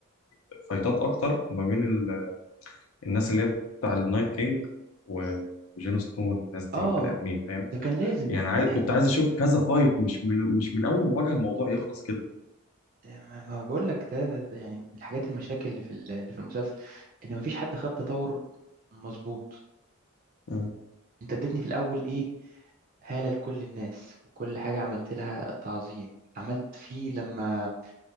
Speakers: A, on the left; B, on the right.
A: الفايتات اكتر ما بين ال- الناس اللي هي بتاع النايت كينج و- وجون سنو والناس دي
B: اه
A: البني ادمين فاهم
B: ده كان لازم
A: يعني عايز كنت
B: يعني
A: عايز اشوف كذا فايت مش من مش من اول مواجهه الموضوع يخلص كده
B: ما ما بقول لك ده, ده ده يعني من الحاجات المشاكل اللي في ال- اللي في المسلسل ان مفيش حد خد تطور مظبوط
A: مم.
B: انت اديتني في الاول ايه هالة لكل الناس وكل حاجة عملت لها تعظيم عملت فيه لما